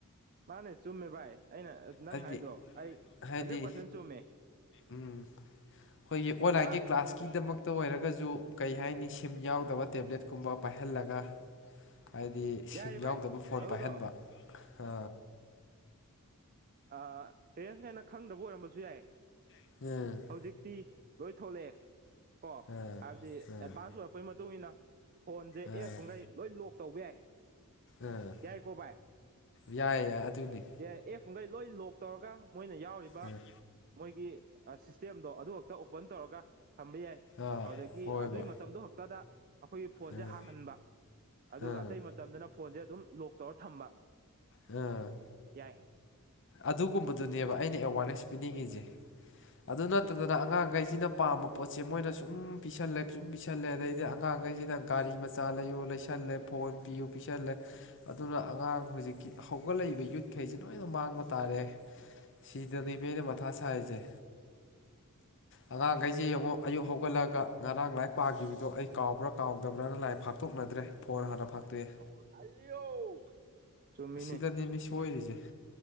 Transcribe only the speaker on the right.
ꯃꯥꯅꯦ ꯆꯨꯝꯃꯦ ꯚꯥꯏ ꯑꯩꯅ ꯅꯪ
ꯍꯥꯏꯗꯣ ꯑꯩ
ꯍꯟꯗ꯭ꯔꯦꯠ ꯄꯥꯔꯁꯦꯟ ꯆꯨꯝꯃꯦ
ꯑꯥ
ꯌꯥꯏꯌꯦ
ꯚꯥꯏ
ꯑꯗꯨꯗꯣ
ꯑ ꯄꯦꯔꯦꯟꯁ ꯒꯩꯅ ꯈꯪꯗꯕ ꯑꯣꯏꯔꯝꯕꯖꯨ ꯌꯥꯏ
ꯍꯧꯖꯤꯛꯇꯤ ꯂꯣꯏ ꯊꯣꯛꯂꯛꯑꯦ ꯀꯣ
ꯍꯥꯏꯕꯗꯤ
ꯑꯦꯗꯚꯥꯟꯁ ꯑꯣꯏꯔꯛꯄꯩ ꯃꯇꯨꯡ ꯏꯟꯅ ꯐꯣꯟꯖꯦ
ꯑꯦꯐꯝꯈꯩ ꯂꯣꯏ ꯂꯣꯛ ꯇꯧꯕ ꯌꯥꯏ
ꯌꯥꯏꯀꯣ
ꯌ ꯑꯦ ꯑꯝꯒꯩ ꯂꯣꯏ ꯂꯣꯛ ꯇꯧꯔꯒ ꯃꯣꯏꯅ ꯌꯥꯎꯔꯤꯕ
ꯃꯣꯏꯒꯤ ꯑ ꯁꯤꯁꯇꯦꯝꯗꯣ ꯑꯗꯨ ꯈꯛꯇ ꯑꯣꯄꯟ ꯇꯧꯔꯒ ꯊꯝꯕ ꯌꯥꯏ
ꯑꯧ ꯗꯒꯤ
ꯑꯗꯨꯏ ꯃꯇꯝꯗꯣ ꯈꯛꯇꯗ ꯑꯈꯣꯏꯒꯤ ꯐꯣꯟꯁꯦ
ꯍꯥꯡꯍꯟꯕ ꯑꯗꯨꯒ
ꯑꯇꯩ ꯃꯠ ꯇꯝꯗꯅ ꯐꯣꯟꯖꯦ ꯑꯗꯨꯝ ꯂꯣꯛ ꯇꯧꯔ ꯊꯝꯕ
ꯌꯥꯏ
<unintelligible>
ꯆꯨꯝꯃꯤꯅꯦ